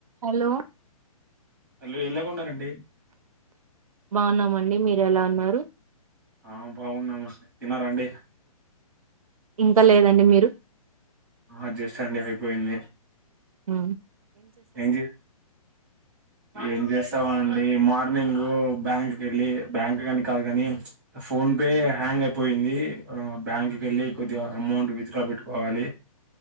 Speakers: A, on the right (about 70°); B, in the centre.
A: Hello
B: అల్లో ఎలాగ ఉన్నారండి
A: బాగున్నామండి మీరు ఎలా ఉన్నారు
B: ఆ బాగున్నామ తిన్నారండి
A: ఇంకా లేదండి మీరు
B: ఆ జ్యేైష్ఠ అండి పోయింది
A: హ
B: ఏంజ్ ఏం చేస్ చేస్తామండి మార్నింగ్ బ్యాంక్ కి వెళ్ళి బ్యాంక్ కని కాదు కాని ఫోన్ పే హ్యాంగ్ అయిపోయింది బ్యాంక్ కి వెళ్ళి కొద్దిగా అమౌంట్ విత్ డ్రా పెట్టుకోవాలి